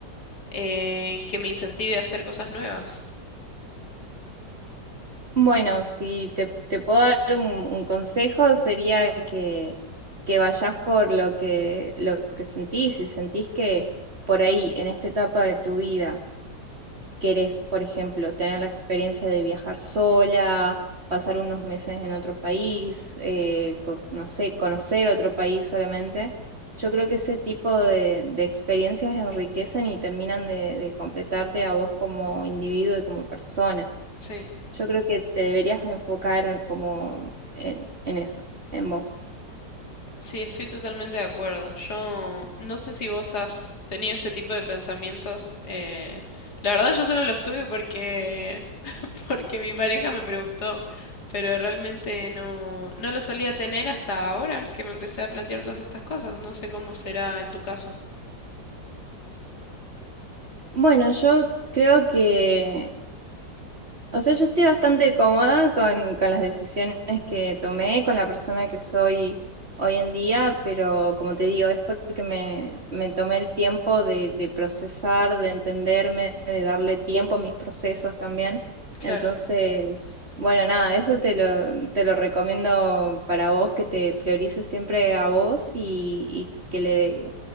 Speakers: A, on the left; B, on the right.
A: eh, que me incentive a hacer cosas nuevas.
B: Bueno, si te, te puedo dar un, un consejo sería que, que vayas por lo que, lo que sentís, si sentís que por ahí, en esta etapa de tu vida, querés, por ejemplo, tener la experiencia de viajar sola, pasar unos meses en otro país, eh, co- no sé, conocer otro país solamente. Yo creo que ese tipo de, de experiencias enriquecen y terminan de, de completarte a vos como individuo y como persona.
A: Sí.
B: Yo creo que te deberías enfocar como en, en eso, en vos.
A: Sí, estoy totalmente de acuerdo. Yo no sé si vos has tenido este tipo de pensamientos. eh, la verdad yo solo los tuve porque <laughs> porque mi pareja me preguntó, pero realmente no no lo solía tener hasta ahora que me empecé a plantear todas estas cosas. No sé cómo será en tu caso.
B: Bueno, yo creo que O sea, yo estoy bastante cómoda con, con las decisiones que tomé, con la persona que soy hoy en día, pero como te digo, es porque me, me tomé el tiempo de, de procesar, de entenderme, de darle tiempo a mis procesos también.
A: Claro.
B: Entonces, bueno, nada, eso te lo, te lo recomiendo para vos, que te priorices siempre a vos y, y que le